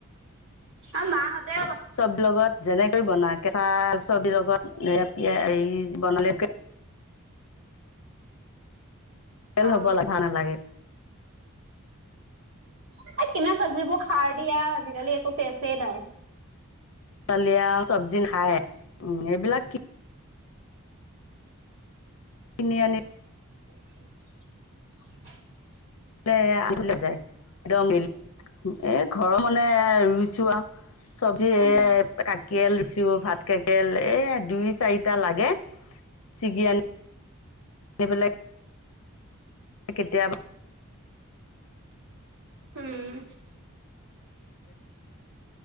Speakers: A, on the right; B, on the left.
A: অ', মাহঁতে
B: চব লগত যেনেকৈ বনা <unintelligible> বনালেকে <unintelligible>
A: অ এই কিনা চব্জিবোৰ সাৰ দিয়া আজিকালি একো তেচেই নাই।
B: দালি আউ চবজি খায়। উ এইবিলাক কি কিনি আনি
A: <inaudible>
B: খ যায় ৰঙিল <unintelligible> এ ঘৰৰ মানে ৰুইছো আৰু চবজি এই
A: উম
B: কা কেল দিছোঁ ভাত কেকেল এই দুই চাৰিটা লাগে ছিগি আনি তে পেলাই কেতিয়াবা
A: উম